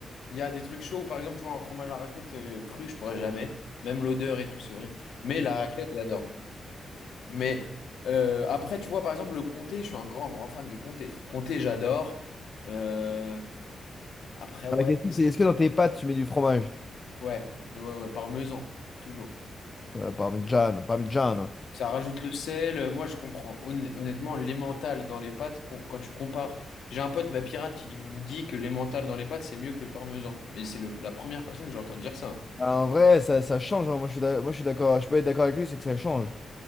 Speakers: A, on the left; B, on the left.
A: il y a des trucs chauds où, par exemple, tu vois, un fromage à raclette euh, cru, je pourrais jamais. Même l'odeur et tout, c'est horrible. Mais la raclette, j'adore. Mais euh, après, tu vois, par exemple, le comté, je suis un grand, grand fan de comté. Comté, j'adore. Euh, Après, ouais,
B: La question,
A: c'est-
B: c'est est-ce que dans tes pâtes, tu mets du fromage?
A: ouais, ouais, ouais, parmesan, toujours.
B: Ouais, parmigiano, parmigiano.
A: Ça rajoute le sel. euh, Moi, je comprends. Honn- Honnêtement, l'emmental dans les pâtes, con- quand tu compares, j'ai un pote, bah, pirate, il me dit que l'emmental dans les pâtes, c'est mieux que le parmesan. Mais c'est le- la première personne que j'entends dire ça.
B: Ah, En vrai, ça, ça change. hein. Moi, je suis d'ac- moi, je suis d'accord. Je peux être d'accord avec lui, c'est que ça change.